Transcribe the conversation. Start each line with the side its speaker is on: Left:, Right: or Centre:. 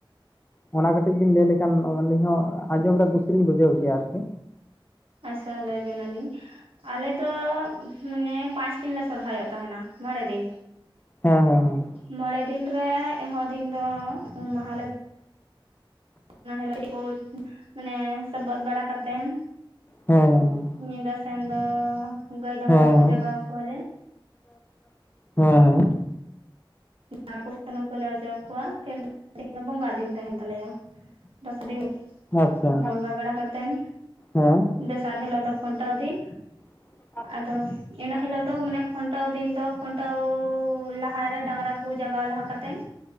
Left: ᱚᱱᱟ ᱠᱟᱹᱴᱤᱡ ᱵᱤᱱ ᱞᱟᱹᱭ ᱞᱮᱠᱷᱟᱱ ᱟᱹᱞᱤᱧ ᱦᱚᱸ ᱟᱸᱡᱚᱢ ᱨᱮ ᱠᱩᱥᱤ ᱞᱤᱧ ᱵᱩᱡᱷᱟᱹᱣ ᱠᱮᱭᱟ ᱟᱨᱠᱤ?
Right: ᱟᱪᱪᱷᱟ ᱞᱟᱹᱭ ᱵᱮᱱᱟᱞᱤᱧ, ᱟᱞᱮ ᱫᱚ ᱢᱟᱱᱮ ᱯᱟᱸᱪ ᱫᱤᱱ ᱞᱮ ᱥᱚᱨᱦᱟᱭᱚᱜ ᱛᱟᱸᱦᱮᱱᱟ ᱢᱚᱸᱬᱮ ᱫᱤᱱ᱾
Left: <unintelligible>
Right: ᱢᱚᱸᱬᱮ ᱫᱤᱱ ᱨᱮ ᱮᱦᱚ ᱫᱤᱱ ᱫᱚ ᱩᱢ ᱢᱟᱦᱟᱞᱮ ᱚᱱᱟ ᱦᱤᱞᱳᱜ ᱠᱚ, ᱢᱟᱱᱮ ᱥᱚᱵᱚᱫ ᱵᱟᱲᱟ ᱠᱟᱛᱮᱱ
Left: ᱦᱚᱸ, ᱦᱚᱸ-ᱦᱚᱸ ᱾
Right: ᱧᱤᱫᱟᱹ ᱥᱮᱱ ᱫᱚ ᱜᱟᱹᱭ ᱰᱟᱝᱨᱟ
Left: ᱦᱮᱸ
Right: ᱠᱚ
Left: ᱦᱮᱸ
Right: ᱡᱟᱜᱟᱣ ᱠᱚᱣᱟᱞᱮ
Left: <unintelligible> ᱦᱮᱸ-ᱦᱮᱸ᱾
Right: ᱰᱟᱝᱨᱟ ᱠᱚ ᱥᱩᱱᱩᱢ ᱠᱚᱞᱮ ᱚᱡᱚᱜ ᱟᱠᱚᱣᱟ ᱫᱚᱥᱟᱨ ᱫᱤᱱ ᱫᱚ ᱵᱚᱸᱜᱟ ᱫᱤᱱ ᱛᱟᱸᱦᱮᱱ ᱛᱟᱞᱮᱭᱟ᱾ ᱫᱚᱥᱨ ᱫᱤᱱ
Left: ᱟᱪᱪᱷᱟ
Right: ᱵᱚᱸᱜᱟ ᱵᱟᱲᱟ ᱠᱟᱛᱮᱱ
Left: ᱦᱮᱸ
Right: ᱫᱚᱥᱟᱨ ᱦᱤᱞᱳᱜ ᱫᱚ ᱠᱷᱩᱱᱴᱟᱹᱣ ᱫᱤᱱ
Left: <unintelligible>
Right: ᱟᱫᱚ ᱤᱱᱟᱹ ᱦᱤᱞᱳᱜ ᱫᱚ ᱢᱟᱱᱮ ᱠᱷᱩᱱᱴᱟᱹᱣ ᱫᱤᱱ ᱫᱚ ᱠᱷᱩᱱᱴᱟᱹᱣ ᱞᱟ ᱞᱟᱦᱟᱨᱮ ᱰᱟᱝᱨᱟ ᱠᱚ ᱡᱟᱜᱟᱣ ᱞᱟᱦᱟ ᱠᱟᱛᱮᱱ,